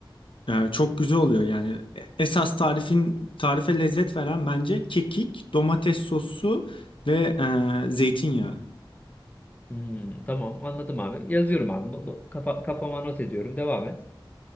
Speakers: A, on the left (about 75°); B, on the left (about 20°).
A: Ee, çok güzel oluyor yani. E- Esas tarifin tarife lezzet veren bence kekik, domates sosu ve e, zeytinyağı.
B: Hmm, tamam anladım abi. Yazıyorum abi. No- no- Kafa, kafama not ediyorum. Devam et.